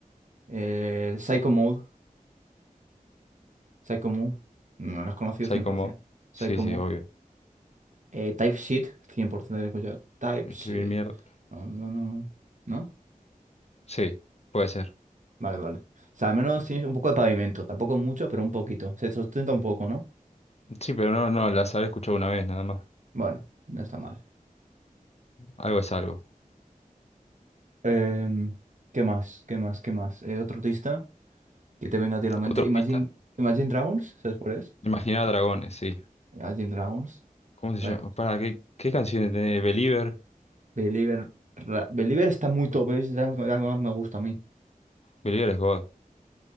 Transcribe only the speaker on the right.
El Psycho Mode. Psycho Mode. No, lo has conocido
100%.
Psycho
Mode.
Eh, TypeScript, 100% de escuchado. TypeSheet.
No, no, no. ¿No?
Vale, vale. O sea, al menos tienes un poco de pavimento. Tampoco mucho, pero un poquito. Se sustenta un poco, ¿no?
Bueno, no está mal.
Em, ¿qué más? ¿Qué más? ¿Qué más? Eh, otro artista que te venga a ti a la mente.
Imagine,
Imagine Dragons, ¿sabes cuál es?
Imagine Dragons.
Right.
Believer, Ra- Believer está muy top, ¿eh? es la que la que más me gusta a mí.